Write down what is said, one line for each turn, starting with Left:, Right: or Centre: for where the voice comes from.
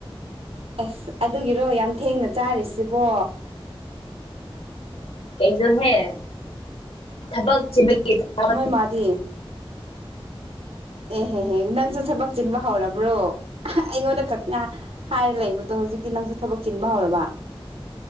Right: ꯑꯁ ꯑꯗꯨꯒꯤꯔꯣ ꯌꯥꯝ ꯊꯦꯡꯅ ꯆꯥꯔꯤꯁꯤꯕꯣ
Left: ꯀꯅꯣꯍꯦ ꯊꯕꯛ ꯆꯤꯟꯕꯒꯤ ꯆꯥꯕ
Right: ꯅꯣꯏ ꯃꯥꯗꯤ ꯑꯦꯍꯦꯍꯦ ꯅꯪꯁꯨ ꯊꯕꯛ ꯆꯤꯟꯕ ꯍꯧꯔꯕ꯭ꯔꯣ ꯑꯍꯥ ꯑꯩꯉꯣꯟꯗ ꯈꯛꯅ ꯍꯥꯏꯔ ꯂꯩꯕꯗꯣ ꯍꯧꯖꯤꯛꯇꯤ ꯅꯪꯁꯨ ꯊꯕꯛ ꯆꯤꯟꯕ ꯍꯧꯔꯕ